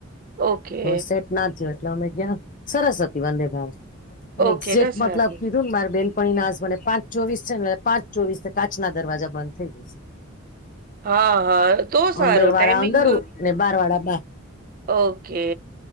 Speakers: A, on the right; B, on the left.
A: ઓકે.
B: હ સેટ ના થયો એટલે અમે ગયાં સરસ હતી વંદે ભારત
A: ઓકે,
B: એક્ઝેક્ટ
A: ના સારું.
B: મતલબ કીધું ને મારે બેન ણી ના પાંચ ચોવીસ છે ને પાંચ ચોવીસ કાચ ના દરવાજા બંધ થઈ જશે
A: હા હા તો સારું
B: અંદર વાળા
A: ટાઈમિંગ
B: અંદર ને બાર વાળા
A: ઓકે.